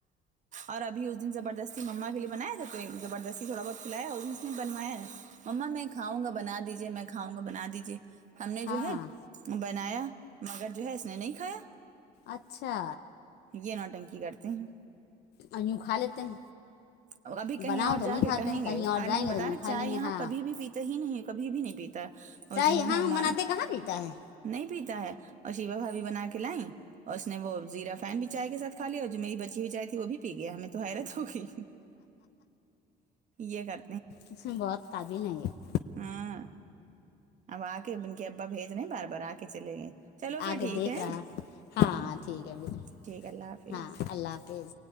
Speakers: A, on the right; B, on the left.
A: اور ابھی اس دن زبردست سی مما کے لیے بنایا جتے ہیں زبردستی تھوڑا بہت کھلایا اور بھی اس نے بنوایا ہے مما میں کھاؤں گا بنا دیجیے میں کھاؤں گا بنا دیجیے ہم نے
B: ہاں
A: جو ہے بنایا مگر جو ہے اس نے نہیں کھایا
B: اچھا
A: یہ نوٹنکی کرتے ہیں
B: اور یوں کھا لیتے ہیں
A: اور ابھی کہیں
B: بناؤ
A: اور
B: تو
A: جا
B: نہیں
A: کے
B: کھاتے
A: کہیں
B: ہیں
A: گے
B: اور
A: کھا
B: جائیں
A: لیں گے بت
B: تو یوں
A: ہے نا
B: کھا
A: چائے
B: لیں
A: یہاں
B: گے ہاں
A: کبھی بھی پیتی ہی نہیں کبھی بھی نہیں پیتا ہے اور
B: چاہے
A: اس دن
B: ہاں
A: ہو
B: ہم
A: مان
B: بناتے کہاں پیتا ہے
A: نہیں پیتا ہے اور شیوا بھابھی بنا کے لائیں اور اس نے وہ زیرا فین بھی چائے کے ساتھ کھا لیا اور جو میری بچی ہوئی چائے تھی وہ بھی پی گیا ہمیں تو حیرت ہوگئی یہ کر
B: اس میں بہت قابل ہے یہ
A: ہاں اب آ کے ان کے ابا بھیج رئیں بار بار آ کے چلے گئے چلو پھر
B: آ کے
A: ٹھیک
B: دیکھ
A: ہے
B: رہا آ ہاں ہاں ٹھیک ہے پھر
A: ٹھیک اللہ حافظ
B: ہاں اللہ حافظ